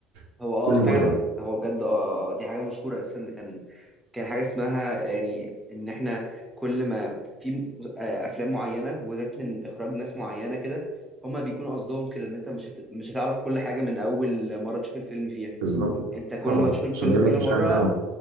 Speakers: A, on the right (about 85°); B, in the centre.
A: <laughs>
B: هو اه
A: كل مره
B: فعلا هو بجد اه آه، دي حاجه مشهوره اساسا ده كان كان حاجه اسمها يعني ان احنا كل ما في م- آه، افلام معينه وذات من اخراج ناس معينه كده هما بيكون قصدهم كده ان انت مش هت... مش هتعرف كل حاجه من اول مره تشوف الفيلم فيها
A: بالظبط
B: انت كل
A: طبعا
B: ما تشوف الفيلم
A: عشان يعمل
B: كل
A: مشاهد
B: مره
A: دولي